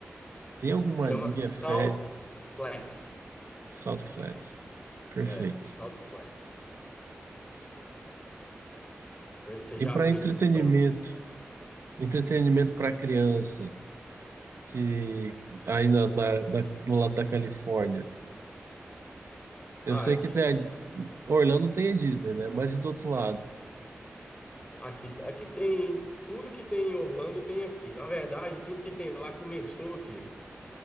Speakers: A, on the right; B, on the left.
A: Tem alguma
B: Chama
A: linha fé?
B: Salt Flats.
A: Salt Flat. Perfeito.
B: É, Salt Flats. Você você
A: E
B: já
A: para
B: vê
A: entretenimento?
B: tudo branco.
A: Entretenimento para criança, que, que- aí na, na- na- no lado da Califórnia. Eu
B: Ah,
A: sei
B: aqui
A: que tem
B: a gente,
A: a, Orlando tem a Disney, né? Mas e do outro lado?
B: aqui, aqui tem tudo que tem em Orlando tem aqui. Na verdade, tudo que tem lá começou aqui.